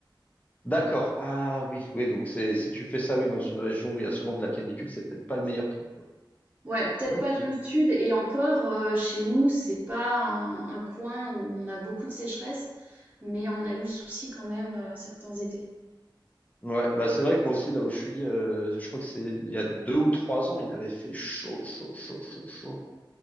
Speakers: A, on the left; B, on the right.
A: D'accord. Ah oui, oui, donc c'est si tu fais ça, oui, dans une région où il y a souvent de la canicule, c'est peut-être pas le meilleur truc. quoi.
B: Ouais, peut-être
A: Ok.
B: pas dans le sud, et encore, euh, chez nous, c'est pas un, un coin où on a beaucoup de sécheresse, mais on a eu le souci quand même euh, certains étés.
A: Ouais, bah c'est vrai que moi aussi, là où je suis, euh, je crois que c'est il y a deux ou trois ans, il avait fait chaud, chaud, chaud, chaud, chaud.